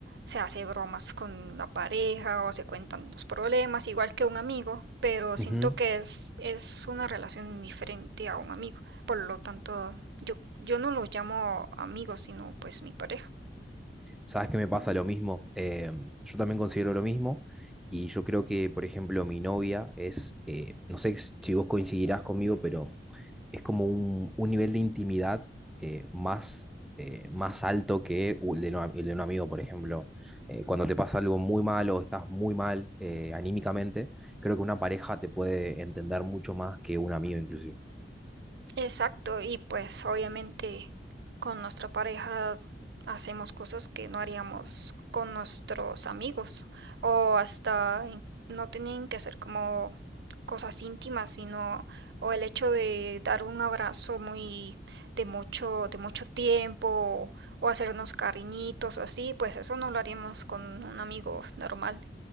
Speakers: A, on the right (about 70°); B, in the centre.
A: se hace bromas con la pareja o se cuentan los problemas, igual que un amigo, pero
B: Ujú.
A: siento que es, es una relación diferente a un amigo. Por lo tanto, yo, yo no los llamo amigos sino pues mi pareja.
B: ¿Sabes que me pasa lo mismo? Em, yo también considero lo mismo y yo creo que, por ejemplo, mi novia es, eh, no sé si vos coincidirás conmigo, pero es como un, un nivel de intimidad eh, más, eh, más alto que el de, un el de un amigo, por ejemplo. Eh, cuando te pasa algo muy mal o estás muy mal eh, anímicamente, creo que una pareja te puede entender mucho más que un amigo inclusive.
A: Exacto, y pues obviamente con nuestra pareja hacemos cosas que no haríamos con nuestros amigos o hasta no tienen que ser como cosas íntimas, sino o el hecho de dar un abrazo muy de mucho de mucho tiempo o, o hacernos cariñitos o así, pues eso no lo haríamos con un amigo normal,